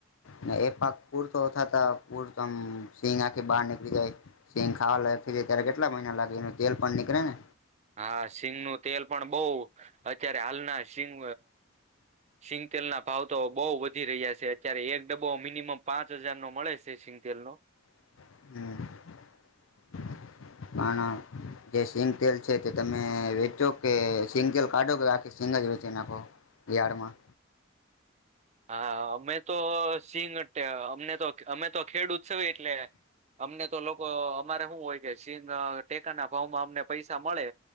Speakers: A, on the left; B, on the right.
A: ને એ પાક પૂરતોતા ત પૂરમ સિંગ આખી બહાર નનીકળી જાય સિંગ ખાવા લ ત્યારે કેટલા મહિના લાગે એનું તેલ પણ નીકળે ને
B: હા સિંગનું તેલ પણ બહ અત્યારે હાલના શિંગ શિંગતેલ ના ભાવ તો બહઉ વધી રહ્યા છે અત્યારે એક ડબ્બો મિનિમમ પાંચ હજાર નો મળે છે. તેલ નો
A: <unintelligible> પણ જે સિંગતેલ છે તે તમે વેચો કે સિંગતેલ કાઢો કે આખ સિંગ જ વચી નાખો રિયાળમાં
B: હા અમે તો સિંગ અમને તો અમે તો ખેડૂત ઉત્સવ એટલે અમને તો લોકો અમારે શું હોય કે સિંગ ટેકા ના ભાવમાં અમને પૈસા મળે